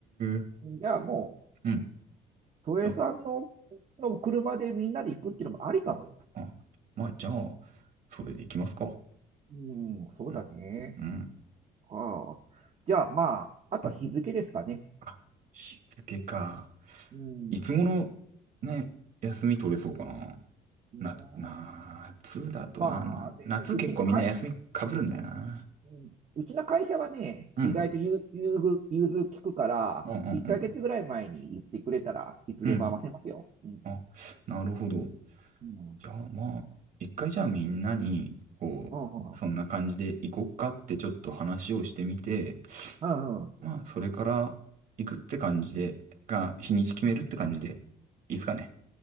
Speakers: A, on the right (about 55°); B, on the right (about 40°).
A: ー。
B: うん。じゃあもう、
A: うん。
B: 都営さんの、
A: いや
B: の車でみんなで行くっていうのもありかもよ。
A: あ、まあ、じゃあ、それで行きますか。
B: うん、そうだね。
A: うん。うん。
B: ああ。じゃあまあ、あとは日付ですかね。
A: うんあ、日付か。
B: うん。
A: いつ頃ね、休み取れそうかな。
B: うん
A: 夏、夏だとな、
B: まあね、
A: な夏結構みんな休みかぶるんだよな。
B: うちの会うんうんうちの会社はね、
A: うん
B: 意外と融融通、融通聞くから、
A: うんうんうん。
B: 1ヶ月ぐらい前に言ってくれたらいつでも合わせますよ。
A: うん
B: うん。
A: あ、なるほど。
B: うん。
A: じゃあまあ、一回じゃあみんなに、こう、
B: うん。うん。
A: そんな感じで行こっかってちょっと話をしてみて、
B: うんうん
A: まあ、それから行くって感じで、が、日にち決めるって感じで、いいですかね。